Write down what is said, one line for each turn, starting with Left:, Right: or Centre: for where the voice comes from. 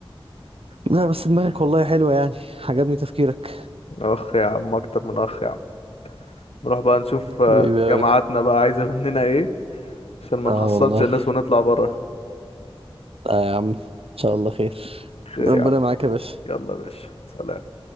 Right: لا بس دماغك والله حلوه يعني عجبني تفكيرك
Left: اخ يا عم اكتر من اخ يا عم نروح بقى نشوف آه،
Right: حبيبي يا
Left: جامعاتنا
Right: باشا
Left: بقى عايزه مننا ايه عشان ما
Right: اه
Left: نحصلش
Right: والله
Left: الناس ونطلع بره
Right: آه يا عم ان شاء الله خير
Left: خير
Right: ربنا
Left: يا عم
Right: معاك يا باشا
Left: يلا يا باشا سلام